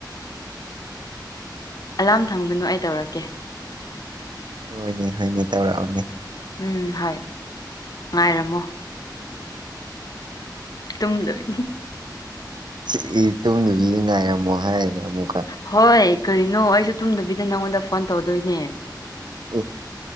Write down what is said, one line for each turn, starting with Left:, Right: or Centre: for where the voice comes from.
Left: ꯑꯂꯥꯔꯝ ꯊꯝꯒꯅꯨ ꯑꯩ ꯇꯧꯔꯛꯀꯦ
Right: ꯍꯣꯏꯅꯦ ꯍꯣꯏꯅꯦ ꯇꯧꯔꯛꯑꯣꯅꯦ
Left: ꯎꯝ ꯍꯣꯏ ꯉꯥꯏꯔꯝꯃꯣ ꯇꯨꯝꯗꯕꯤ
Right: ꯏꯁ ꯇꯨꯝꯗꯕꯤꯒ ꯉꯥꯏꯔꯝꯃꯣ ꯍꯥꯏꯌꯦ ꯑꯃꯨꯛꯀ
Left: ꯍꯣꯏ ꯀꯔꯤꯅꯣ ꯑꯩꯁꯨ ꯇꯨꯝꯗꯕꯤꯗ ꯅꯪꯉꯣꯟꯗ ꯐꯣꯟ ꯇꯧꯗꯣꯏꯅꯦ
Right: ꯏ